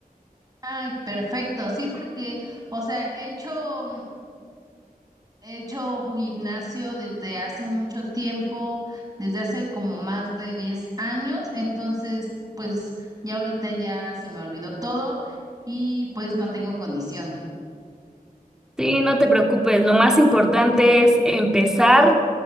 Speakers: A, on the right; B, in the centre.
A: Ay, perfecto, sí, porque, o sea, he hecho, mm, he hecho gimnasio desde hace mucho tiempo, desde hace como más de 10 años, entonces, pues ya ahorita ya se me olvidó todo y pues no tengo condición.
B: Sí, no te preocupes, lo más importante es empezar